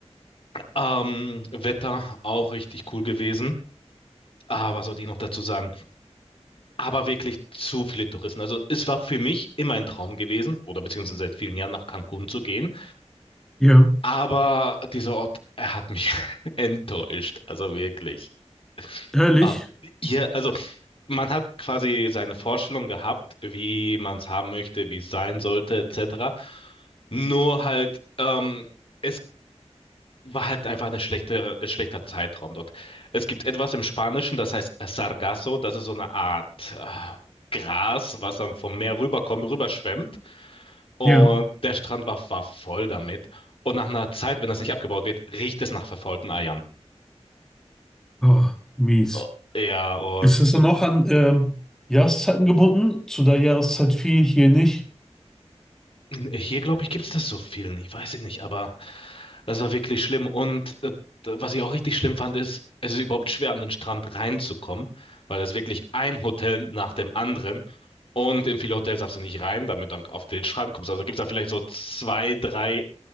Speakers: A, on the left (about 55°); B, in the centre.
A: Ähm, Wetter auch richtig cool gewesen. Ah, was sollte ich noch dazu sagen? Aber wirklich zu viele Touristen. Also es war für mich immer ein Traum gewesen, oder beziehungsweise seit vielen Jahren nach Cancun zu gehen.
B: Ja,
A: Aber dieser Ort, er hat mich <laughs> enttäuscht. Also wirklich.
B: ehrlich?
A: Ah, hier, also man hat quasi seine Vorstellung gehabt, wie man es haben möchte, wie es sein sollte, etc. Nur halt, ähm, es war halt einfach eine schlechte, ein schlechter, schlechter Zeitraum dort. Es gibt etwas im Spanischen, das heißt Sargasso, das ist so eine Art äh, Gras, was dann vom Meer rüberkommt, rüberschwemmt. Und
B: Ja.
A: der Strand war, war voll damit. Und nach einer Zeit, wenn das nicht abgebaut wird, riecht es nach verfaulten Eiern.
B: Oh, mies.
A: Oh, Ja, und
B: Ist das dann auch an ähm, Jahreszeiten gebunden? Zu der Jahreszeit viel hier nicht.
A: Hier, glaube ich, gibt es das so viel nicht. Weiß ich nicht, aber das war wirklich schlimm. Und äh, was ich auch richtig schlimm fand, ist, es ist überhaupt schwer, an den Strand reinzukommen, weil es wirklich ein Hotel nach dem anderen. Und in viele Hotels darfst du nicht rein, damit du dann auf den Strand kommst. Also gibt es da vielleicht so zwei, drei